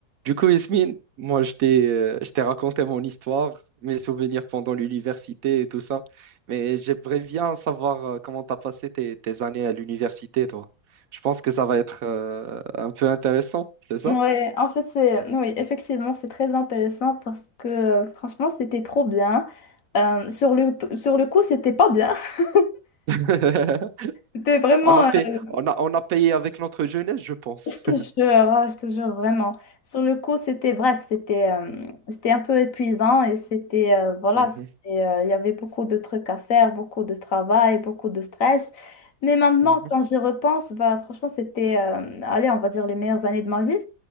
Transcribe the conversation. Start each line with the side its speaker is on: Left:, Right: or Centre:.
Right: Du coup, Yasmine, moi, je t'ai euh, je t'ai raconté mon histoire, mes souvenirs pendant l'université et tout ça, mais j'aimerais bien savoir euh, comment t'as passé tes, tes années à l'université, toi. Je pense que ça va être euh, un peu intéressant, c'est ça?
Left: Ouais, en fait, c'est, oui, effectivement, c'est très intéressant parce que euh, franchement, c'était trop bien. Euh, sur le, sur le coup, c'était pas bien. <laughs>
Right: <laughs>
Left: C'était vraiment,
Right: On a payé,
Left: euh,
Right: on a, on a payé avec notre jeunesse, je pense.
Left: je te
Right: <laughs>
Left: jure, ah, je te jure vraiment. Sur le coup, c'était, bref, c'était euh, c'était un peu épuisant et c'était, euh, voilà,
Right: Mhm,
Left: c'était, euh, il y avait beaucoup de trucs à faire, beaucoup de travail, beaucoup de stress. Mais maintenant,
Right: mhm.
Left: quand j'y repense, bah, franchement, c'était, euh, allez, on va dire les meilleures années de ma vie,